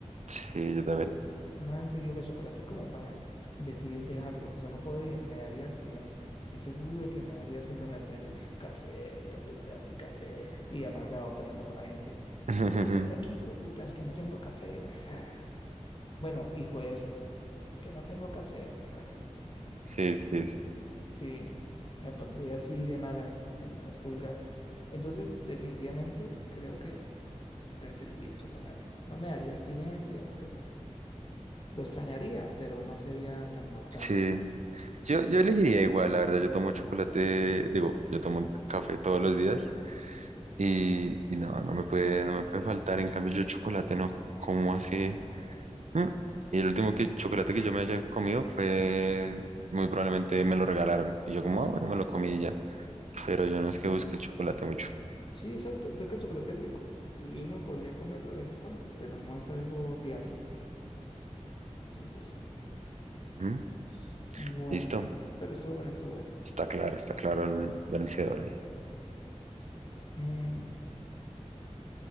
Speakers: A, on the right; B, on the left.
A: Sí, yo también.
B: más seguido que el chocolate como para decidir dejarlo. O sea, no podría, me daría abstinencia. Sí, seguro de que me daría síndrome de abstinencia. Café, ¿dónde está mi café? Y amargado peleando con la gente.
A: <laughs>
B: Váyanse de aquí, hueputas, que no tengo café. <laughs> Bueno, hijo de eso, que no tengo café. <laughs>
A: Sí, sí, sí.
B: Sí, me pondría así de malas, de malas pulgas. Entonces, definitivamente creo que preferiría el chocolate. No me daría abstinencia, pues lo extrañaría, pero no sería tan mortal.
A: Sí. Yo, yo elegiría igual, la verdad. Yo tomo chocolate, digo, yo tomo café todos los días y, y no, no me puede, no me puede faltar. En cambio, yo chocolate no como así. Mm. Y el último que, chocolate que yo me haya comido fue, muy probablemente me lo regalaron. Y yo como, ah, bueno, me lo comí y ya. Pero yo no es que busque el chocolate mucho.
B: Sí, exacto, porque el chocolate es rico y uno podría comerlo de vez en cuando, pero no es algo diario. Entonces, no.
A: Ujú.
B: Bueno,
A: Listo.
B: pero estuvo buena, estuvo buena, estuvo
A: Está
B: buena.
A: claro, está claro el vencedor ahí.
B: Mm,